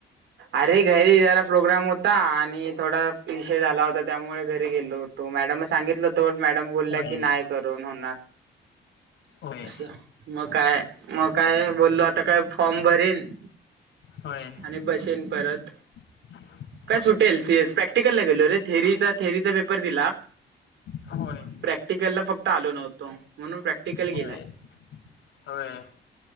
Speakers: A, on the right; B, on the left.
A: अरे घरी जरा. प्रोग्राम होता आणि थोडा विषय झाला होता. त्यामुळे घरी गेलो होतो मॅडमने सांगितलं होत. तवर मॅडम बोलल्या
B: होय
A: की नाही करून होणार.
B: होय
A: असं, मग काय, मग काय, बोललो आता काय फॉर्म भरीन
B: होय
A: आणि बसेन परत.
B: <inaudible>
A: काय सुटेल सी एस प्रॅक्टिकल नाही दिलं रे, थेरीचा थेअरीचा पेपर दिला.
B: होय
A: प्रॅक्टिकल ला फक्त आलो नव्हतो म्हणून प्रॅक्टिकल
B: होय
A: गेलाय.
B: होय.